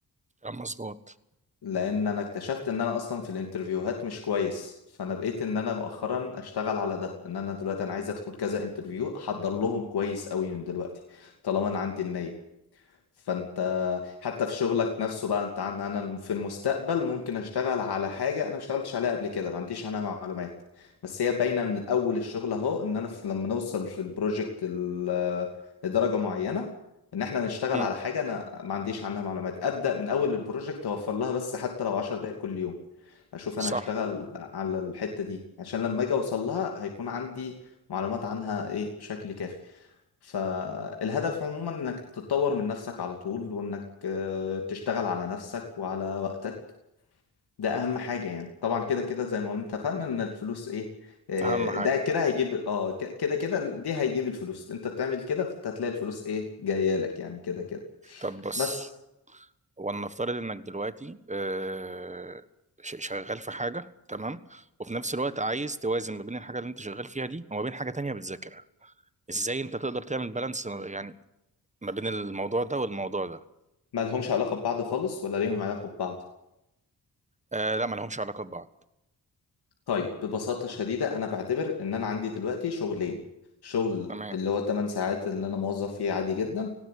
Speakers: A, on the right; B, on the left.
A: كان مظبوط
B: لان انا اكتشفت ان انا اصلا في الانترفيوهات مش كويس فانا بقيت ان انا مؤخرا اشتغل على ده ان انا دلوقتي انا عايز ادخل كذا انترفيو احضر لهم كويس قوي من دلوقتي طالما انا عندي النية فانت حتى في شغلك نفسه بقى انت عن انا في المستقبل ممكن اشتغل على حاجه انا ما اشتغلتش عليها قبل كده ما عنديش عنها معلومات بس هي باينه من اول الشغل اهو ان انا في لما نوصل في البروجكت ال- لدرجه معينه ان احنا نشتغل
A: مم.
B: على حاجه انا ما عنديش عنها معلومات ابدا من اول البروجكت اوفر لها بس حتى لو 10 دقائق كل يوم اشوف
A: صح
B: انا هشتغل على الحته دي عشان لما اجي اوصل لها هيكون عندي معلومات عنها ايه بشكل كافي فالهدف عموما انك تتطور من نفسك على طول وانك آه، تشتغل على نفسك وعلى وقتك ده اهم حاجة يعني طبعا كده كده زي ما قلنا اتفقنا ان الفلوس ايه آه،
A: اهم حاجه
B: ده كده هيجيب اه ك- كده كده دي هيجيب الفلوس انت بتعمل كده فانت هتلاقي الفلوس ايه جاية لك يعني كده كده
A: طب بص
B: بس
A: ولنفترض انك دلوقتي آه، ش- شغال في حاجه تمام وفي نفس الوقت عايز توازن ما بين الحاجه اللي انت شغال فيها دي وما بين حاجه تانية بتذاكرها ازاي انت تقدر تعمل بالانس يعني ما بين الموضوع ده والموضوع ده
B: ما لهمش علاقة ببعض خالص ولا ليهم علاقة ببعض
A: آه لا ما لهمش علاقه ببعض
B: طيب ببساطة شديدة أنا بعتبر إن أنا عندي دلوقتي شغلين شغل
A: تمام
B: اللي هو 8 ساعات اللي أنا موظف فيه عادي جدا